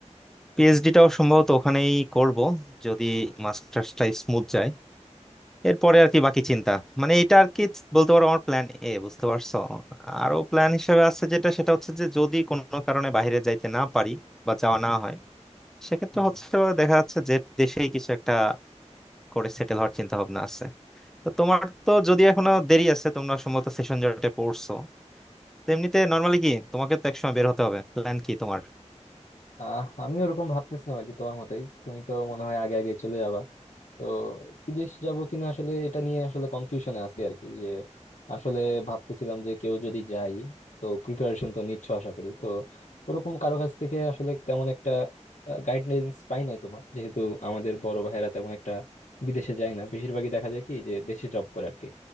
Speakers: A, in the centre; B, on the left.
A: পিএইচডিটাও সম্ভবত ওখানেই করব যদি মাস্টার্সটা স্মুথ যায় এরপরে আর কি বাকি চিন্তা মানে এটা আর কি বলতে পারো আমার প্ল্যান এ বুঝতে পারছো আরো প্ল্যান হিসেবে আছে যেটা সেটা হচ্ছে যে যদি কোনো কারণে বাইরে যাইতে না পারি বা যাওয়া না হয় সেক্ষেত্রে
B: হুম
A: হচ্ছে দেখা যাচ্ছে যে দেশেই কিছু একটা করে সেটেল হওয়ার চিন্তা ভাবনা আছে তো তোমার
B: হুম।
A: তো যদি এখনো দেরি আছে তোমরা সম্ভবত সেশন জটে পড়ছো তো এমনিতে নর্মালি কি তোমাকে তো একসময় বের হতে হবে প্ল্যান কি তোমার
B: আহ আমি ওরকম ভাবতেছিলাম আর কি তোমার মতোই তুমি তো মনে হয় আগে আগে চলে যাবা তো বিদেশ যাব কিনা আসলে এটা নিয়ে আসলে কনফিউশনে আছি আর কি যে আসলে ভাবতেছিলাম যে কেউ যদি যাই তো প্রিপারেশন তো নিচ্ছ আশা করি তো ওরকম কারো কাছ থেকে আসলে তেমন একটা গাইডলাইন্স পাই নাই তোমার যেহেতু আমাদের বড় ভাইয়েরা তেমন একটা বিদেশে যায় না বেশিরভাগই দেখা যায় কি যে দেশে জব করে আর কি